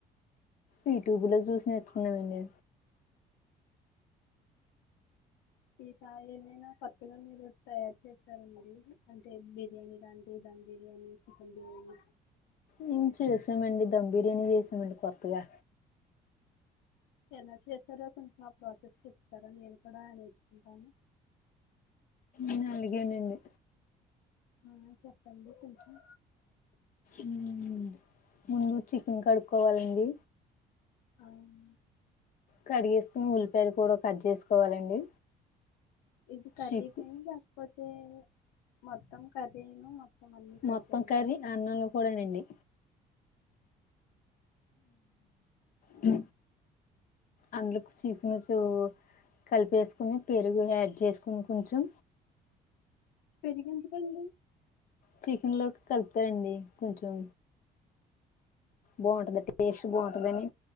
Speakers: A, on the left; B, on the left.
A: యూట్యూబ్ లో చూసి నేర్చుకున్నానండీ
B: ఈసారి ఏమైనా కొత్తగా మీరు తయారు చేసారా అండి అంటే బిర్యానీ లాంటి ధమ్ బిర్యానీ చికెన్ బిర్యానీ
A: మ్ చేసామండి ధమ్ బిర్యానీ చేసాం డి కొత్తగా
B: ఎలా చేశారో కొంచెం ఆ ప్రాసెస్ చెప్తారా నేను కూడా నేర్చుకుంటాను
A: ఉ అలాగే నండి
B: ఆ చెప్పండి కొంచెం
A: మ్మ్ ముందు చికెన్ కడుక్కోవాలండి
B: అవున్
A: కడిగేసుకుని ఉల్లిపాయలు కూడా కట్ చేసుకోవాలండి
B: ఇది కర్రీ
A: చిక్
B: క పోతే మొత్తం కర్రిను మొత్తం అన్ని
A: మొత్తం
B: కలిపేనండి
A: కర్రీ అన్నంలో కూడానండి ఉ అందులో చికెను చూ కలిపేసుకుని పెరుగు యాడ్ చేసుకుని కొంచెం
B: పెరుగు ఎందుకండి
A: చికెన్ లోకి కలుపుతారండి కొంచెం బావుంటదని టేస్ట్ బావుంటదని